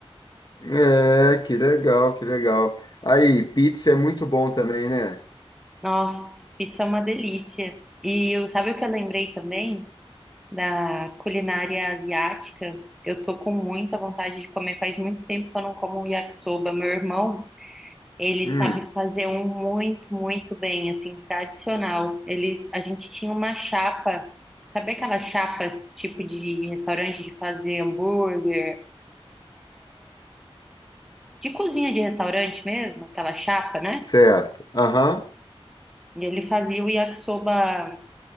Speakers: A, on the left; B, in the centre.
A: É, que legal, que legal. Aí, pizza é muito bom também, né?
B: <laughs> Nossa, pizza é uma delícia. E eu- sabe o que eu lembrei também? Da culinária asiática. Eu tô com muita vontade de comer. Faz muito tempo que eu não como um yakisoba. Meu irmão Ele
A: Hum,
B: sabe fazer um muito, muito bem, assim, tradicional. Ele, a gente tinha uma chapa, sabe aquelas chapas tipo de restaurante de fazer hambúrguer, de cozinha de restaurante mesmo, aquela chapa, né?
A: certo. Aham.
B: E ele fazia o yakisoba